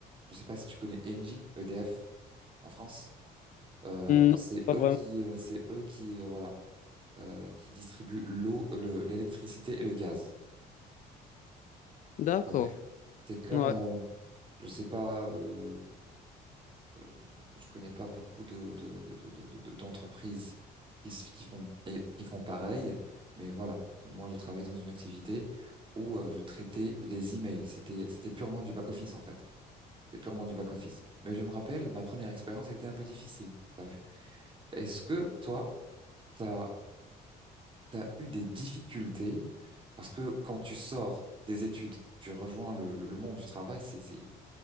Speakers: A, on the right; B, on the left.
A: Je sais pas si tu connais Engie, EDF en France. Euh,
B: Non,
A: c'est
B: pas
A: eux
B: vraiment.
A: qui euh, c'est eux qui euh, voilà euh, qui distribuent l'eau, le- l'électricité et le gaz.
B: D'accord.
A: T'as vu? C'est comme
B: Ouais.
A: euh, Je sais pas, euh, euh, je connais pas beaucoup de, de, de, de, de- de- d'entreprises qui, se- qui font, et, qui font pareil, mais voilà. Moi, je travaillais dans une activité où euh, je traitais les emails. C'était, c'était purement du back-office, en fait. C'était purement du back-office. Mais je me rappelle, ma première expérience était un peu difficile. T'as vu? Est-ce que toi, t'as, t'as eu des difficultés? Parce que quand tu sors des études, tu rejoins le, le, le monde du travail, c'est, c'est,